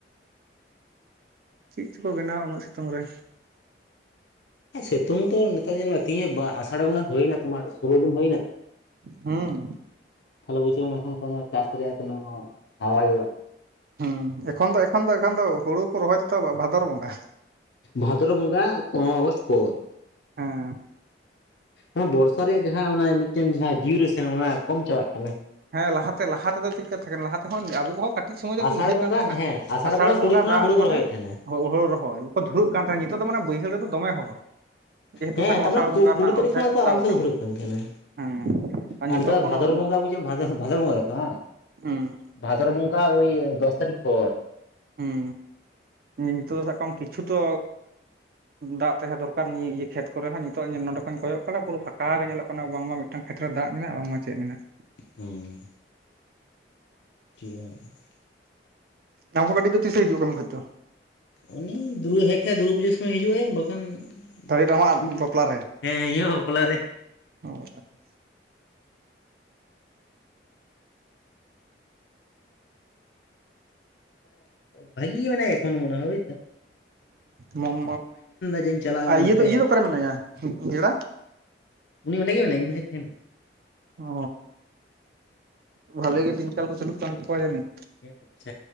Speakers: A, on the right (about 55°); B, on the left (about 70°).
A: ᱪᱮᱫ ᱪᱠᱚ ᱵᱮᱱᱟᱣᱟ? ᱩᱱᱟᱹᱜ ᱥᱤᱛᱩᱝ ᱨᱮ
B: ᱥᱤᱛᱩᱝ ᱛᱚ ᱱᱮᱛᱟᱨ ᱧᱮᱞᱚᱜᱼᱟ ᱛᱤᱦᱧ ᱟᱥᱟᱲ ᱵᱚᱸᱜᱟ ᱦᱩᱭᱱᱟ ᱛᱳᱢᱟᱨ ᱥᱩᱨᱳ ᱫᱤᱱ ᱦᱩᱭᱱᱟ
A: ᱦᱩᱸᱢ
B: ᱛᱷᱟᱦᱮ ᱵᱩᱡ ᱮᱚᱱ ᱠᱳ ᱪᱟᱥ ᱨᱮᱭᱟᱜ ᱠᱱᱳ ᱦᱣᱟ ᱜᱮᱭᱟ᱾
A: ᱦᱮᱸ ᱮᱠᱷᱚᱱ ᱫᱚ ᱮᱠᱷᱚᱱ ᱫᱚ ᱮᱠᱷᱚᱱ ᱫᱚ ᱦᱩᱲᱩ ᱠᱚ ᱨᱚᱦᱚᱭ ᱛᱛᱚ ᱵᱷᱟᱫᱚᱨ ᱵᱚᱸᱜᱟ᱾
B: ᱵᱷᱟᱫᱨ ᱵᱚᱸᱜᱟ ᱯᱚᱱᱨᱚᱭ ᱟᱜᱚᱥᱴ ᱯᱚᱨ,
A: ᱦᱮᱸ᱾
B: ᱚᱱᱟ ᱵᱚᱨᱥᱟ ᱨᱮᱭᱟᱜ ᱡᱟᱦᱟᱸ ᱚᱱᱟ ᱢᱤᱫᱴᱮᱱ ᱡᱟᱦᱟᱸ ᱰᱤᱭᱩᱨᱮᱥᱚᱱ ᱚᱱᱟ ᱠᱚᱢ ᱪᱟᱵᱟᱜ ᱠᱟᱱᱟ᱾
A: ᱦᱮᱸ ᱞᱟᱦᱟᱛᱮ ᱞᱟᱦᱟᱮᱫᱚ ᱪᱮᱫᱮᱠᱟ ᱛᱟᱦᱮᱸ ᱠᱟᱱᱟ ᱞᱟᱦᱟ ᱛᱮᱦᱚᱸ ᱟᱵᱚ ᱠᱚᱦ ᱠᱟᱹᱴᱤᱡ ᱥᱚᱢᱚᱭ ᱫᱚ ᱮᱴᱩᱷᱟᱹᱜ
B: ᱟᱥᱟᱲ ᱵᱚᱸᱜᱟ
A: ᱠᱟᱱ ᱛᱟᱦᱮᱱᱟ᱾
B: ᱦᱮᱸ
A: ᱟᱥᱟᱲ ᱵᱚᱸᱜᱟ
B: ᱠᱩᱲᱤ ᱠᱷᱚᱱᱟᱜ
A: ᱫᱟᱜ
B: ᱦᱩᱲᱩ ᱠᱚ
A: ᱢᱟᱱᱮ?
B: ᱨᱚᱦᱚᱭᱮᱫ ᱛᱟᱦᱮᱱᱟ
A: ᱦᱚ ᱦᱩᱲ ᱨᱚᱦᱚᱭ ᱵᱟᱠᱚ ᱫᱷᱩᱲᱟᱹᱜ ᱠᱟᱱ ᱛᱟᱦᱮᱸᱫ ᱱᱤᱛᱚᱜ ᱫᱚ ᱢᱟᱱᱮ ᱵᱟᱹᱭᱦᱟᱹᱲ ᱨᱮᱫᱚ ᱫᱚᱢᱮ ᱦᱚᱲ᱾ ᱡᱮᱦᱮᱛᱩ
B: ᱦᱮᱸ
A: ᱥᱟᱠᱟᱢ
B: ᱛᱟᱨᱢᱟᱱᱮ
A: ᱟᱥᱟᱲ ᱵᱚᱸᱜᱟ ᱨᱮᱱᱟᱜ
B: ᱠᱩᱲᱤ ᱛᱟᱹᱨᱤᱠᱷ
A: ᱚᱨᱫᱷᱮᱠ
B: ᱠᱷᱚᱱᱟᱜ ᱠᱚ ᱟᱨᱟᱢ
A: ᱛᱟᱵ ᱟᱠᱟᱱᱟ
B: ᱥᱮ ᱠᱚ ᱫᱷᱲᱟᱹᱜ ᱠᱟᱱ ᱛᱟᱦᱮᱱᱟ
A: ᱦᱮᱸ ᱱᱤᱛᱚᱜ
B: ᱟᱨ ᱱᱤᱛᱟᱨ ᱫᱚ
A: ᱠᱳᱱᱳ
B: ᱵᱷᱟᱫᱚᱨ ᱵᱚᱸᱜᱟ ᱵᱩᱡ ᱵᱷᱟᱫᱚᱨ ᱵᱚᱸᱜᱟ ᱜᱮ ᱵᱟᱝ?
A: ᱦᱮᱸ
B: ᱵᱷᱟᱫᱚᱨ ᱵᱚᱸᱜᱟᱠᱟ ᱳᱭ ᱫᱚᱥ ᱛᱟᱨᱤᱠᱷ ᱯᱚᱨ
A: ᱦᱩᱸ ᱱᱤᱛᱚᱜᱜ ᱫᱚ ᱥᱟᱵ ᱠᱟᱜ ᱢᱮ ᱠᱤᱪᱷᱩ ᱛᱚᱼᱼ ᱫᱟᱜ ᱛᱟᱦᱮᱸ ᱫᱚᱨᱠᱟᱨ ᱱᱤᱭᱟᱹᱤᱭᱟᱹ ᱠᱷᱮᱛ ᱠᱚᱨᱮ ᱦᱚᱸᱚᱸ ᱱᱤᱛᱚᱜ ᱱᱚᱸᱰᱮ ᱠᱷᱚᱱᱧ ᱠᱚᱭᱚᱜ ᱠᱟᱫᱟ ᱯᱩᱨᱟᱹ ᱯᱷᱟᱸᱠᱟ ᱜᱮ ᱧᱮᱞᱚᱜ ᱠᱟᱱᱟ ᱵᱟᱝᱢᱟ, ᱢᱤᱫᱴᱟᱝ ᱠᱷᱮᱛᱨᱮ ᱨᱮ ᱫᱟᱜ ᱢᱮᱱᱟᱜᱼᱟ ᱵᱟᱝᱢᱟᱪᱮᱫ ᱢᱮᱱᱟᱜᱼᱟ᱾
B: ᱦᱩᱸ ᱴ <unintelligible>
A: ᱟᱢ ᱠᱟᱹᱴᱤᱡ ᱫᱚ ᱛᱤᱥᱮ ᱦᱤᱡᱩᱜ ᱟ ᱠᱟ. ᱢᱤ ᱠᱷᱟᱡ ᱫᱚ?
B: ᱩᱱᱤ ᱫᱩᱨᱩᱭᱟᱹ ᱦᱮᱡ ᱠᱷᱟᱡ ᱫᱩᱨᱜᱟᱹ ᱯᱩᱡᱟᱹ ᱥᱚᱢᱚᱭᱮ ᱦᱤᱡᱩᱜᱼᱟ ᱵᱟᱠᱷᱟᱱ
A: ᱛᱟᱨᱮᱴ ᱟᱢᱟᱜ
B: ᱼᱼ
A: ᱵᱟᱯᱞᱟ
B: ᱦᱮᱸ ᱤᱟ. ᱜ ᱵᱟᱯᱞᱟᱨ ᱨᱮ᱾
A: ᱦᱚ <unintelligible>
B: ᱵᱷᱟᱜᱤ ᱜᱮ ᱢᱮᱱᱟᱭᱟ ᱮᱠᱷᱚᱱ ᱢᱚᱱᱮ ᱦᱚᱸ ᱵᱩᱡᱫᱟ?
A: ᱦᱮᱸ
B: ᱡᱮᱧ ᱪᱟᱞᱟᱜᱼᱟ
A: ᱟᱨ
B: ᱢᱮᱱᱛᱮ
A: ᱤᱭᱟᱹ ᱫᱚ ᱤᱭᱟᱹ ᱫᱚ ᱚᱠᱟᱨᱮ ᱢᱮᱱᱟᱭᱟ ᱵᱮᱲᱟ?
B: ᱩᱱᱤ ᱚᱸᱰᱮ ᱜᱮ ᱢᱮᱱᱟ ᱤᱧ ᱵᱷᱟᱭ ᱴᱷᱮᱱ
A: ᱚ ᱵᱷᱟᱞᱤ ᱜᱮ ᱫᱤᱱᱠᱟᱞ ᱠᱚ ᱪᱟᱞᱩᱜ ᱠᱟᱱ ᱛᱟᱠᱚᱣᱟ ᱡᱟᱱᱤᱡ?
B: ᱦ ᱯᱩᱪ